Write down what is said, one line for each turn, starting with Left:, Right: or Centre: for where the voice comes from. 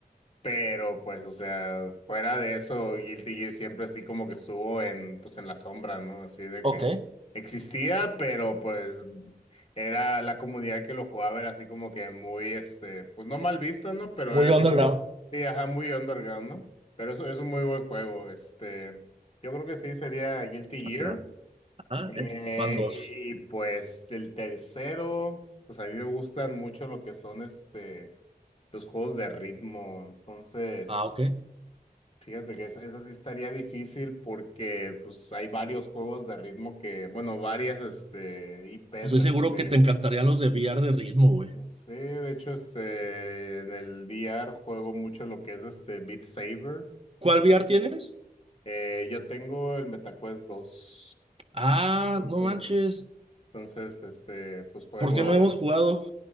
Left: Pero pues, o sea, fuera de eso, Guilty Gear siempre así como que estuvo en, pues en la sombra, ¿no? Así de
Right: Ok.
Left: que existía, pero pues era la comunidad que lo jugaba, era así como que muy, este, pues no mal vista, ¿no? Pero
Right: Muy
Left: era así
Right: underground.
Left: como, sí, ajá, muy underground, ¿no? Pero eso es un muy buen juego, este, yo creo que sí sería Guilty Gear.
Right: Ajá,
Left: Eh,
Right: eh, van dos.
Left: y pues el tercero, pues a mí me gustan mucho lo que son, este, los juegos de ritmo, entonces...
Right: Ah, ok.
Left: Fíjate que esa, esa sí estaría difícil porque pues hay varios juegos de ritmo que, bueno, varias este IPs
Right: Estoy
Left: de,
Right: seguro
Left: ju- de
Right: que te encantarían los de VR de ritmo, güey.
Left: no sé, de hecho este en el VR juego mucho lo que es este Beat Saber.
Right: ¿Cuál VR tienes?
Left: Eh, yo tengo el MetaQuest dos
Right: Ah,
Left: Entonces,
Right: no manches.
Left: entonces este pues juego
Right: ¿Por qué no hemos jugado?